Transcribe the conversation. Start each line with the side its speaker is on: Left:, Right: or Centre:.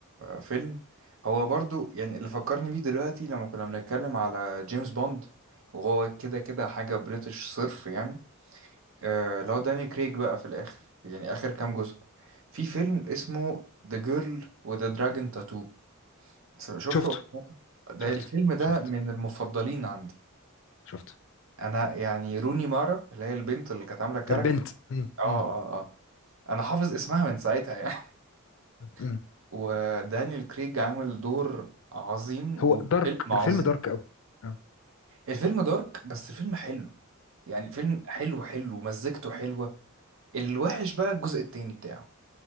Right: فيلم هو برضه يعني اللي فكرني بيه دلوقتي لما كنا بنتكلم على جيمس بوند وهو كده كده حاجه بريتش صرف يعني آه لو داني كريج بقى في الآخر يعني آخر كام جزء في فيلم اسمه The Girl with the Dragon Tattoo سم- شفته
Left: شفته
Right: ده
Left: شفته
Right: الفيلم ده
Left: شفته
Right: من المفضلين عندي
Left: شفته
Right: أنا يعني روني مارا اللي هي البنت اللي كانت عاملة الكاركتر
Left: البنت مم،
Right: آه آه
Left: مم،
Right: آه أنا حافظ اسمها من ساعتها يعني
Left: مم.
Right: <laughs> ودانيال كريج عامل دور عظيم
Left: هو
Right: والفيلم
Left: دارك
Right: عظيم
Left: الفيلم دارك قوي اه
Right: الفيلم دارك بس فيلم حلو يعني فيلم حلو حلو مزجته حلوة الوحش بقى الجزء التاني بتاعه